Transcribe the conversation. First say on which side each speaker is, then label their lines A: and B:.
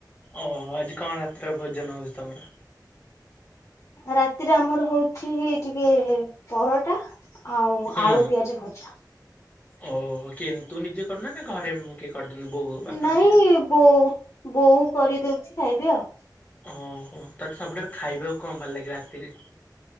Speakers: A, on the left; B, on the left.
A: ଓହୋ ଆଜି କଣ ରାତିରେ ଭୋଜନ ହଉଛି ତମର? <inaudible>
B: ରାତିରେ ଆମର ହଉଛି ଟିକେ ପରଟା ଆଉ
A: ହୁଁ
B: ଆଳୁ ପିଆଜ ଭଜା।
A: ଓହୋ କିଏ ତୁ ନିଜେ କରୁନ ନା ଘରେ କିଏ କରିଦିଅନ୍ତି ବୋଉ ହଉ ବାପା
B: ନାଇଁ
A: ହେରିକା?
B: ବୋଉ ବୋଉ କରିଦଉଛି ଖାଇବି ଆଉ।
A: ଓହୋ ତତେ ସବୁଠାରୁ ଖାଇବାକୁ କଣ ଭଲ ଲାଗେ ରାତିରେ?